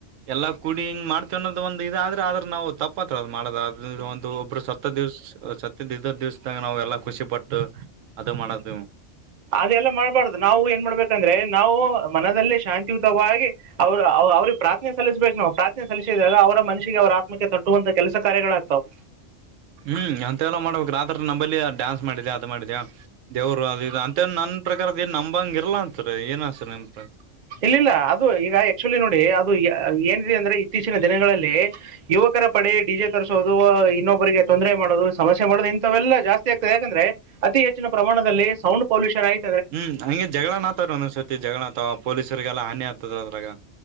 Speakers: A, on the right; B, on the right.
A: ಎಲ್ಲಾ ಕುಡಿ ಹಿಂಗ ಮಾಡ್ತೀವಿ ಅನೊದ್ ಒಂದು ಇದ ಆದ್ರೆ ಆದ್ರ ನಾವು ತಪ್ಪತ್ರ ಅ ಮಾಡದ ಅ ಒಂದು ಒಬ್ರು ಸತ್ತ ದಿವ್ಸ ಸತ್ತಿದ ದಿವ್ಸದಾಗ ನಾವು ಎಲ್ಲಾ ಖುಷಿ ಪಟ್ಟು ಅದು ಮಾಡತಿವಿ
B: ಅದೆಲ್ಲ ಮಾಡಬಾರ್ದು ನಾವು ಏನ್ ಮಾಡ್ಬೇಕಂದ್ರೆ ನಾವು ಮನದಲ್ಲಿ ಶಾಂತಿಯುತವಾಗಿ ಅವರು ಅವ್ರಿಗೆ ಪ್ರಾರ್ಥನೆ ಸಲ್ಲಿಸಬೇಕು ನಾವು ಪ್ರಾರ್ಥನೆ ಸಲ್ಲಿಸಿದಾಗ ಅವ ಅವರ ಮನಷಿಗೆ ಅವ್ರ ಆತ್ಮಕ್ಕೆ ತೊಟ್ಟುವಂತ ಕೆಲಸ ಕಾರ್ಯಗಳಾಯ್ತವು
A: ಹ್ಮ್ ಅಂತೆ ಎಲ್ಲ ಮಾಡ್ಬೇಕ ರಾತ್ರಿ ನಂಬಲ್ಲಿ ಡಾನ್ಸ್ ಮಾಡಿದ ಅದು ಮಾಡಿದ್ಯಾ ದೇವ್ರು ಅದು ಅಂತ ನ <inaudible> ನನ್ ಪ್ರಕಾರದ ಏ ನಂಬಂಗ ಇರ್ಲ್ಲಾ ಅಂತರಿ ಏನ್ ಆಸೆ ನಿ <inaudible>
B: ಇಲ್ಲಿಲ್ಲ ಅದು ಈಗ ಆಕ್ಚುಲಿ ನೋಡಿ ಅದು ಏನಿದೆ ಅಂದ್ರೆ ಇತ್ತೀಚಿನ ದಿನಗಳಲ್ಲಿ ಯುವಕ ಪಡೆ ಡಿಜೆ ತರ್ಸೋದು ಇನ್ನೊಬರಿಗೆ ತೊಂದರೆ ಮಾಡೋದು ಸಮಸ್ಯೆ ಮಾಡೋದು ಇಂಥವೆಲ್ಲಾ ಜಾಸ್ತಿ ಆಗ್ತದೆ ಯಾಕಂದ್ರೆ ಅತಿ ಹೆಚ್ಚಿನ ಪ್ರಮಾಣದಲ್ಲಿ ಸೌಂಡ್ ಪೊಲ್ಯೂಷನ್ ಆಯ್ತು
A: ಹ್ಮ್ ಹಂಗೆ ಜಗಳನ್ ಆತಾರ ಒಂದ್ ಸರ್ತಿ ಜಗಳತ ಪೊಲೀಸರ್ರಿಗೆಲ್ಲಾ ಹಾನಿ ಆಗ್ತದ ಅದ್ರಾಗ